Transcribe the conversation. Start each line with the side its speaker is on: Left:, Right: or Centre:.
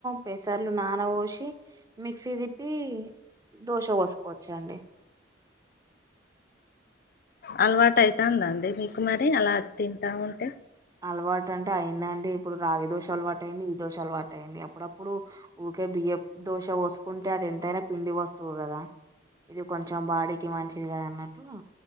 Right: పెసల్ పర్లు నానబోసి మిక్సీ తిప్పి కీ దోశ పోస్కొచండి
Left: అలవాటు అయితాంద అండి మీకు మరి అలా తింటా ఉంటే
Right: అలవాటు అంటే అయిందండి ఇప్పుడు రాగి దోశ అలవాటు అయింది ఈ దోశ అలవాటు అయింది అప్పుడప్పుడు ఊకే బి ఇగ దోశ పోసుకుంటే అది ఎంతైనా పిండి వస్తువు కదా ఇది కొంచెం బాడీకి మంచిది కాదు అన్నట్టు